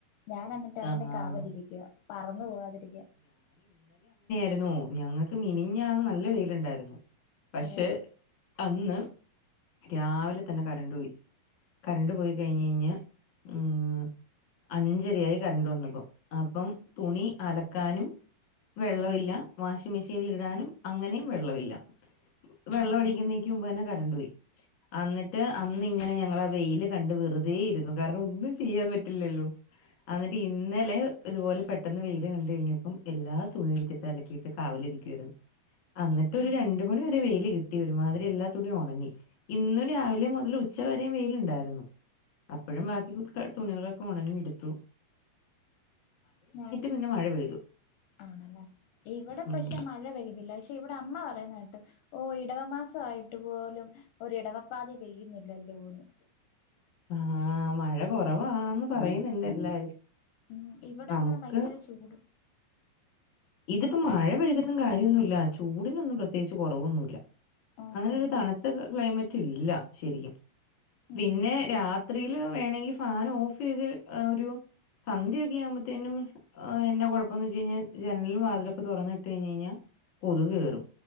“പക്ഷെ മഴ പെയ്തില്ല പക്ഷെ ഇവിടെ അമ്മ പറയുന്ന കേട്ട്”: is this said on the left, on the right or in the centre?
Left